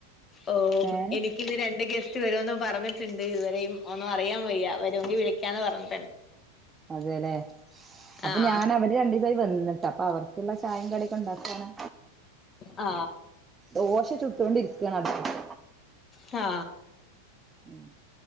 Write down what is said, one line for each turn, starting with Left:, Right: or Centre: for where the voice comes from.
Left: ഓ
Right: ഏഹ്
Left: എനിക്കിന്ന് രണ്ട് ഗസ് റ്റ് വരോന്ന്പറഞ്ഞിട്ടുണ്ട് ഇതുവരേയും പോന്നൊ അറിയാംവെയ്യ വരോങ്കിൽ വിളിക്കാന്ന് പറഞ്ഞ്
Right: അതേല്ലേ അപ്പൊ
Left: ആഹ്
Right: ഞാൻ അവര് രണ്ടീസായി വന്നിട്ടപ്പൊ അവർക്ക്ള്ള ചായും കടിയൊക്കെണ്ടാക്കാണ്
Left: ആ
Right: ദോശ ചുട്ടോണ്ടിരിക്കാണ് അടുപ്പത്ത്
Left: ആ
Right: ഉം